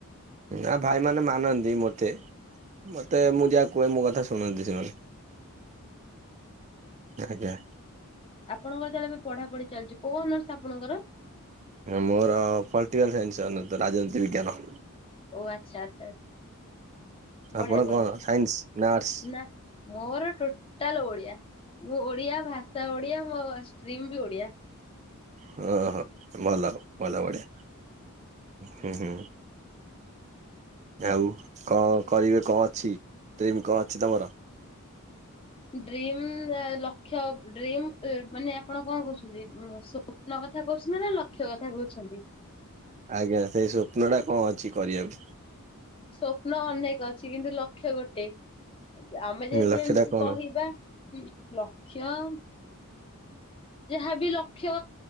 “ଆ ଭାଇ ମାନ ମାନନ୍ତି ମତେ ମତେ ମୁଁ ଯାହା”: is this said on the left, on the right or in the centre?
Right